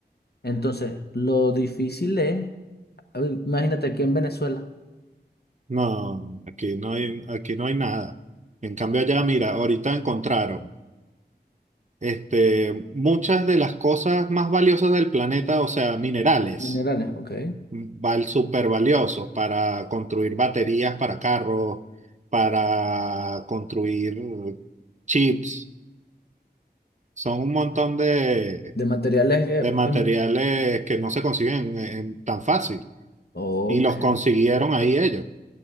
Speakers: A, on the left; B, on the right.
A: Entonces, lo difícil es, a ver, imagínate aquí en Venezuela,
B: No, aquí no hay, aquí no hay nada. En cambio, allá, mira, ahorita encontraron este, muchas de las cosas más valiosas del planeta, o sea, minerales.
A: minerales, ok.
B: val súper valiosos para construir baterías para carros, para construir chips. Son un montón de,
A: De materiales que,
B: de materiales
A: em,
B: que no se consiguen en- tan fácil.
A: ok.
B: Y los consiguieron ahí ellos.